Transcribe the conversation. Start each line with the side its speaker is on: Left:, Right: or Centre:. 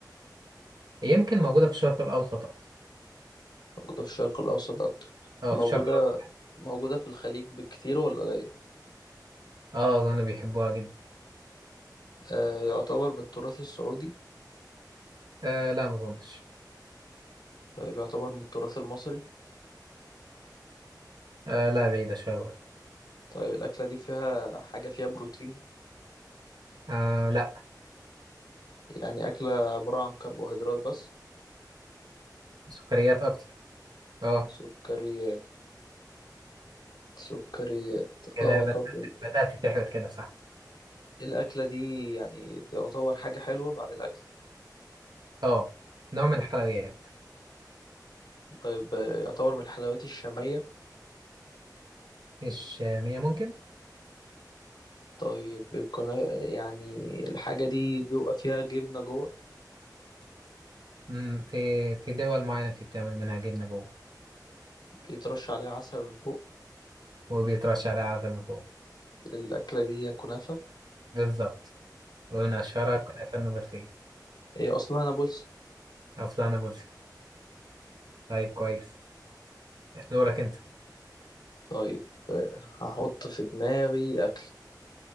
Right: يمكن موجودة في الشرق الأوسط أكتر
Left: موجودة في الشرق الأوسط أكتر
Right: أه
Left: موجودة
Right: في الشرق الأوسط
Left: موجودة في الخليج بالكتير ولا قليل
Right: أه أظن بيحبوها جدا
Left: آه، يعتبر من التراث السعودي
Right: أه لا ما أظنش
Left: طيب يعتبر من التراث المصري
Right: أه لا بعيدة شوية ورا
Left: طيب الأكلة دي فيها حاجة فيها بروتين
Right: أه لا
Left: يعني أكلة عبارة عن كربوهيدرات بس
Right: سكريات أكتر أه
Left: سكريات سكريات
Right: كده
Left: اه
Right: بدأت
Left: طب ال-
Right: بدأت تحبط كده صح
Left: الأكلة دي يعني تعتبر حاجة حلوة بعد الأكل
Right: أه نوع من الحلويات
Left: طيب آه، يعتبر من الحلويات الشامية
Right: مش مية ممكن
Left: طيب كنا يعني الحاجة دي بيبقى فيها جبنة جوه
Right: مم، في في دول معينة في بتعمل منها جبنة جوه
Left: بيترش عليها عسل من فوق
Right: وبيترش عليها عسل من جوه
Left: الأكلة دي هي كنافة
Right: بالظبط ومن أشهرها كنافة النابلسية
Left: هي أصلها نابلسي
Right: أو فلانة نابلسي طيب كويس دورك أنت
Left: طيب آه، هحط في دماغي أكل